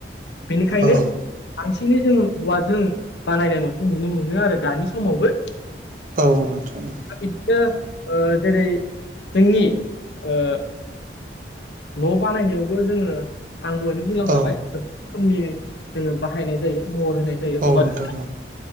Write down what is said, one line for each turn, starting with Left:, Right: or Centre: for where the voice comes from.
Left: बेनिखायनो
Right: औ
Left: बांसिनै जोङो औवाजों बानायनाय न'खौ नुनो मोनो आरो दानि समावबो।
Right: औ औ नोंथां औ।
Left: इदिनो ओ जेरै जोंनि ओ न' बानायनायावबो जोङो आं दहायनो बुंलांखाबाय।
Right: औ
Left: खोमनि जोङो बाहायनाय जायो महर होनाय जायो
Right: औ
Left: औवाजोंनो।
Right: नोंथां